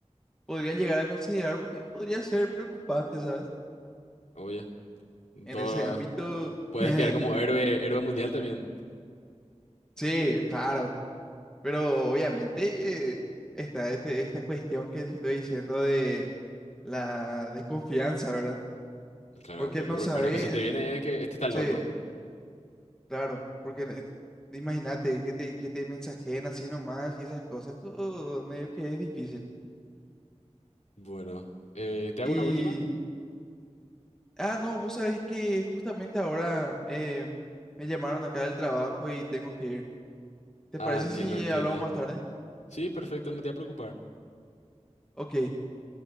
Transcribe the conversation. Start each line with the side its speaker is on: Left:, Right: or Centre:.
Centre: podría llegar a considerar porque podría ser preocupante, ¿sabes?
Left: obvio.
Centre: En
Left: Todo,
Centre: ese ámbito.
Left: puedes
Centre: <laughs>
Left: quedar como héroe, héroe mundial también.
Centre: Sí, claro, pero obviamente eh, está este, esta cuestión que te estoy diciendo de la desconfianza, ¿verdad?
Left: Claro,
Centre: Porque
Left: pero lo
Centre: no
Left: primero
Centre: sabes,
Left: que se te viene es que este está loco.
Centre: sí, claro, porque de- imagínate que te, que te mensajen así nomás y esas cosas, uh, medio que es difícil.
Left: Bueno, eh, ¿te hago
Centre: Y,
Left: una última?
Centre: ah, no, vos sabés que justamente ahora eh, me llamaron acá del trabajo y tengo que ir. ¿Te
Left: Ah,
Centre: parece
Left: entienda,
Centre: si
Left: entienda.
Centre: eh, hablamos más tarde?
Left: Sí, perfecto, no te voy a preocupar.
Centre: Ok,